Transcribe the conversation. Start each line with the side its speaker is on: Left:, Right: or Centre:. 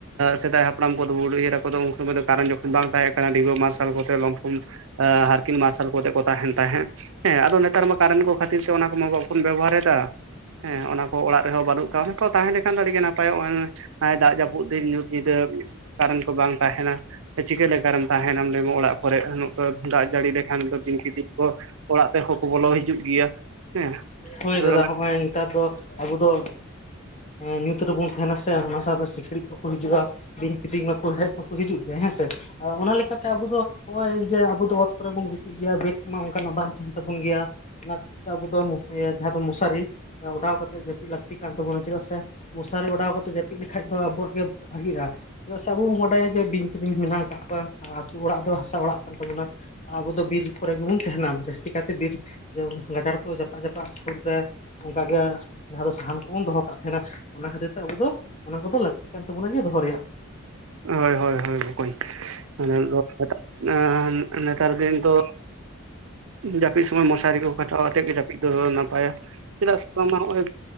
Right: ᱥᱮᱫᱟᱭ ᱦᱟᱯᱲᱟᱢ ᱠᱚᱫᱚᱩᱩ ᱟᱠ ᱠᱚᱫᱚ ᱩᱱ ᱥᱚᱢᱚᱭ ᱫᱚ ᱠᱟᱨᱮᱱ ᱡᱚᱠᱷᱚᱱ ᱵᱟᱝ ᱛᱟᱦᱮᱸ ᱠᱟᱱᱟ ᱰᱤᱸᱵᱟᱹ ᱢᱟᱨᱥᱟᱞ ᱠᱚᱛᱮ ᱞᱚᱢᱯᱷᱚᱱ ᱦᱟᱨᱠᱤᱱ ᱢᱟᱨᱥᱟᱞ ᱠᱚᱛᱮ ᱠᱚ ᱛᱟᱦᱮ ᱦᱱ ᱛᱟᱦᱮᱸ᱾ ᱦᱮᱸ ᱟᱫᱚ ᱱᱮᱛᱟᱨ ᱢᱟ ᱠᱟᱨᱮᱱᱴ ᱠᱚ ᱠᱷᱟᱹᱛᱤᱨ ᱛᱮ ᱚᱱᱟ ᱠᱚᱦ ᱵᱟᱵᱚᱱ ᱵᱮᱵᱚᱦᱟᱨᱮᱫᱟ ᱦᱮᱸ ᱚᱱᱟ ᱠᱚ ᱚᱲᱟᱜ ᱨᱮᱦᱚᱸ ᱵᱟᱹᱱᱩᱜ ᱠᱚᱣᱟ ᱚᱱᱟ ᱠᱚ ᱛᱟᱦᱮᱸ ᱞᱮᱠᱷᱟᱱ ᱫᱚ ᱟᱹᱰᱤᱜ ᱱᱟᱯᱟᱭᱚᱜ ᱟᱭ ᱫᱟᱜ ᱡᱟᱹᱯᱩᱫ ᱫᱤᱱ ᱧᱩᱛ ᱧᱤᱫᱟᱹ ᱠᱟᱨᱮᱱᱴ ᱠᱚ ᱵᱟᱝ ᱛᱟᱦᱮᱱᱟ ᱪᱤᱠᱟᱹ ᱠᱟᱨᱮᱱ ᱛᱟᱦᱮᱱᱟᱢ᱾ ᱚᱲᱟᱜ ᱠᱚᱨᱮᱜ ᱫᱟᱜ ᱡᱟᱹᱲᱤ ᱞᱮᱠᱷᱟᱱ ᱵᱤᱝ ᱠᱤᱫᱤᱧ ᱠᱚ ᱚᱲᱟᱜ ᱛᱮᱦᱚᱸ ᱠᱚ ᱵᱚᱞᱚ ᱦᱤᱡᱩᱜ ᱜᱮᱭᱟ ᱦᱮᱸ
Left: ᱦᱳᱭ
Right: ᱟᱫᱚ
Left: ᱫᱟᱫᱟ ᱦᱚᱸᱜᱼᱚᱭ ᱱᱮᱛᱟᱨ ᱫᱚ ᱟᱵᱚ ᱫᱚ ᱧᱩᱛ ᱨᱮᱵᱚᱱ ᱛᱟᱦᱮᱱᱟ ᱥᱮ ᱚᱱᱟ ᱥᱟᱶᱛᱮ ᱥᱤᱠᱲᱤᱡ ᱠᱚᱠᱚ ᱦᱤᱡᱩᱜᱼᱟ᱾ ᱵᱤᱧ ᱠᱤᱫᱤᱧ ᱢᱟᱠᱚ ᱦᱮᱡ ᱢᱟᱠᱚ ᱦᱤᱡᱩᱜ ᱜᱮᱭᱟ ᱦᱮᱸᱥᱮ ᱚᱱᱟ ᱪᱠᱟᱛᱮ ᱟᱵᱚ ᱫᱚ ᱱᱚᱜ ᱚᱚᱭ ᱡᱮ ᱟᱵᱚ ᱫᱚ ᱚᱛ ᱠᱚᱨᱮ ᱵᱚᱱ ᱜᱤᱛᱤᱡ ᱜᱮᱭᱟ ᱵᱮᱰ ᱠᱚ ᱚᱱᱠᱟᱱᱟᱜ ᱵᱟᱝ ᱛᱟᱦᱮᱱ ᱛᱟᱵᱚᱱ ᱜᱮᱭᱟ ᱚᱱᱟ ᱠᱷᱟᱹᱛᱤᱨ ᱛᱮ ᱟᱵᱚ ᱫᱚ ᱡᱟᱦᱟᱸ ᱫᱚ ᱢᱚᱥᱟᱨᱤ ᱚᱰᱟᱣ ᱠᱟᱛᱮᱮᱫ ᱡᱟᱹᱯᱤᱫ ᱞᱟᱹᱠᱛᱤ ᱠᱟᱱ ᱛᱟᱵᱚᱱᱟ ᱪᱮᱫᱟᱜ ᱥᱮ ᱢᱚᱥᱟᱨᱤ ᱚᱰᱟᱣ ᱠᱟᱛᱮᱜ ᱡᱟᱹᱯᱤᱫ ᱞᱮᱠᱷᱟᱡ ᱫᱚ ᱟᱵᱚᱣᱟᱜ ᱜᱮ ᱵᱷᱟᱜᱤᱜᱼᱟ ᱪᱮᱫᱟᱜ ᱥᱮ ᱟᱵᱚ ᱵᱚᱱ ᱵᱟᱰᱟᱭᱟ ᱡᱮ ᱵᱤᱧ ᱠᱤᱫᱤᱧ ᱢᱮᱱᱟᱜ ᱟᱠᱟᱫ ᱠᱚᱣᱟ ᱟ ᱟᱹᱛᱩ ᱚᱲᱟᱜ ᱫᱚ ᱦᱟᱥᱟ ᱚᱲᱟᱜ ᱠᱟᱱ ᱛᱟᱵᱚᱱᱟ᱾ ᱟᱵᱚ ᱫᱚ ᱵᱤᱨ ᱠᱚᱨᱮ ᱜᱮᱵᱚᱱ ᱛᱟᱦᱮᱱᱟ ᱡᱟᱹᱥᱛᱤ ᱠᱟᱭᱛᱮ ᱵᱤᱨ ᱡᱮ ᱜᱟᱡᱟᱲ ᱠᱚ ᱡᱟᱯᱟᱜ ᱡᱟᱯᱟᱜ ᱥᱩᱨ ᱨᱮ ᱚᱱᱠᱟᱜ ᱜᱮ ᱡᱟᱦᱟᱸ ᱫᱚ ᱥᱟᱦᱟᱱ ᱵᱚᱱ ᱫᱚᱦᱚ ᱠᱟᱜ ᱛᱟᱦᱮᱱᱟ ᱚᱱᱟ ᱠᱷᱟᱹᱛᱤᱨ ᱛᱮ ᱟᱵᱚ ᱫᱚ ᱚᱱᱟ ᱠᱚᱫᱚ ᱞᱟᱹᱠᱛᱤ ᱠᱟᱱ ᱛᱟᱵᱚᱱᱟ ᱡᱮ ᱫᱚᱦᱚ ᱨᱮᱭᱟᱜ
Right: ᱦᱳᱭ ᱦᱳᱭ ᱦᱳᱭ ᱵᱠᱚᱭ <unintelligible> ᱟ ᱱᱮᱛᱟᱨ ᱫᱤᱱ ᱫᱚ ᱡᱟᱹᱯᱤᱫ ᱥᱚᱢᱚᱭ ᱢᱚᱥᱟᱨᱤ ᱠᱚ ᱠᱟᱴᱟ ᱟᱛᱮᱫ ᱜᱮ ᱡᱟᱹᱯᱤᱫ ᱫᱚ ᱱᱟᱯᱟᱭᱟ ᱪᱮᱫᱟᱜ ᱥᱮ ᱵᱟᱝᱢᱟ ᱱᱚᱜᱼᱚᱭ